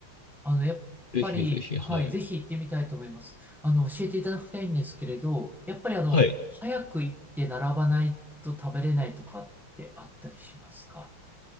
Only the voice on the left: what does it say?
い。ぜひぜひ、
はい。
はい。